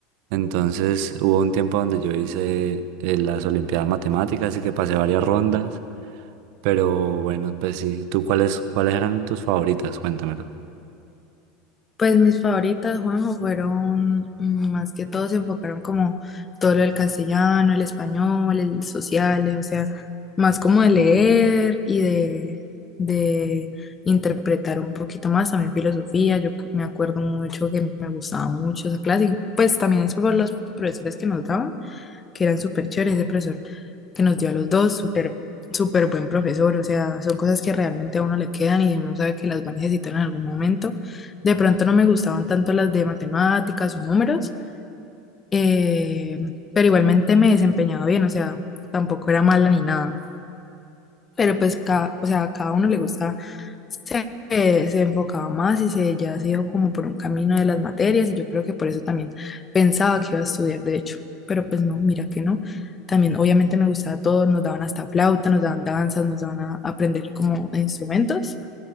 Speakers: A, on the right (about 55°); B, on the left (about 25°).
A: Entonces hubo un tiempo donde yo hice eh, las Olimpiadas Matemáticas y que pasé varias rondas. Pero bueno, pues sí, ¿tú cuáles, cuáles eran tus favoritas? Cuéntamelo.
B: Pues mis favoritas, Juanjo, fueron mm, más que todo se enfocaron como todo lo del castellano, el español, el sociales, o sea, más como de leer y de, de interpretar un poquito más también filosofía. Yo me acuerdo mucho que me gustaba mucho esa clase, y pues también es por los profesores que nos daban que eran súper chéveres, ese profesor que nos dio a los dos, súper, súper buen profesor, o sea, son cosas que realmente a uno le quedan y uno sabe que las va a necesitar en algún momento. De pronto no me gustaban tanto las de matemáticas o números, eh, pero igualmente me desempeñaba bien, o sea, tampoco era mala ni nada. Pero pues, cada, o sea, a cada uno le gusta, se, eh, se enfocaba más y se, ya se iba como por un camino de las materias y yo creo que por eso también pensaba que iba a estudiar derecho, pero pues no, mira que no. También obviamente me gustaba todo, nos daban hasta flauta, nos daban danzas, nos daban a aprender como instrumentos.